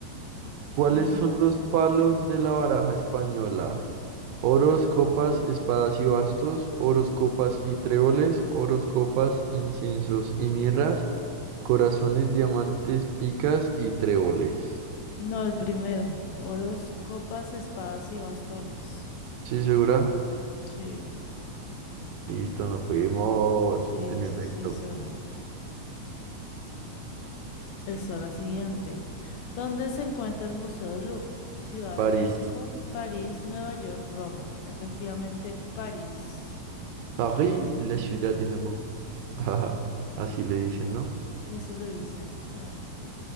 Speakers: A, on the right; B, on the left.
A: ¿Cuáles
B: eh,
A: son los
B: s-
A: palos de la baraja española? Oros, copas, espadas y bastos, oros, copas y tréboles, oros, copas, inciensos y mirras, corazones, diamantes, picas y tréboles.
B: no, el primero. Oros, copas, espadas y bastones.
A: ¿Sí, segura?
B: Sí,
A: Listo, nos fuimos.
B: sí,
A: En efecto.
B: sí, sí, eso. Eso, la siguiente. ¿Dónde se encuentra el Museo del Louvre? Ciudad
A: París.
B: de México, París, Nueva York, Roma. Efectivamente, París.
A: París, la ciudad del amor. <laughs> Ajá, así le dicen, ¿no?
B: Eso le dicen. Ja.